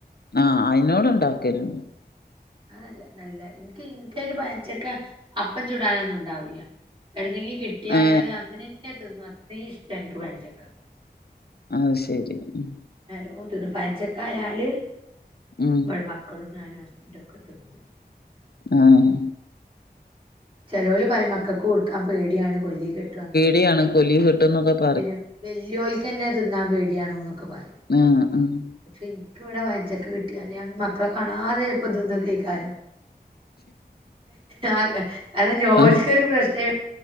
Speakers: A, on the left; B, on the right.
A: ആഹ് അതിനോട് ഉണ്ടാക്കരും
B: അതല്ല നല്ല എനിക്ക് എനിക്കന് പഴച്ചക്ക അപ്പം ചൂടാനൊന്നും ഉണ്ടാവൂല്ല. എവിടുന്നെങ്കി കിട്ടിയാൽ
A: ഏ
B: അത് അങ്ങനെ തന്നെ തിന്നും അത്രേം ഇഷ്ടാ എനിക്ക് പഴംചക്ക
A: അത് ശരി ഉം
B: നലോ തിന്നു പഞ്ചക്കായാല്
A: ഉം
B: ഇബടെ മക്കളും ഞാനും ഹസ്ബൻറും ഒക്കെ തിന്നു
A: ആഹ്
B: ചെിലോല് പറയും മക്കൾക്ക് കൊടുക്കാൻ പേടിയാണ് കൊല്ലി കെട്ടും അങ്ങനെ
A: ടിയാണ് കൊലി കിട്ടുന്നൊക്കെ പ
B: പിന്നെ വെല്ല്യോൽക്കന്നെ തിന്നാൻ പേടിയാണോ എന്നൊക്കെ പറയും.
A: ആഹ് ആഹ്
B: പക്ഷെ എനിക്കിവിടെ പഴംചക്ക കിട്ടിയാല് ഞാൻ മക്കളെ കാണാതെ ചിലപ്പോ തിന്നോകേക്കാരം അതെ അതനെ ഓൽക്കൊരു
A: ആ
B: പ്രശ്നേ